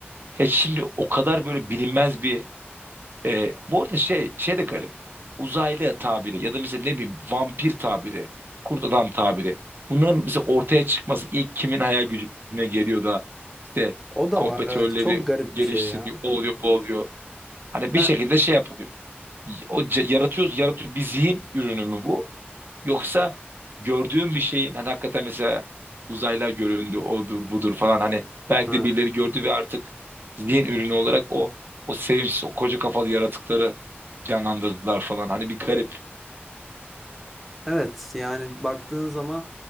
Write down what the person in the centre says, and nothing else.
O da
var. Evet. Çok garip
bir şey ya.
Ben
evet.
Evet. Yani baktığın zaman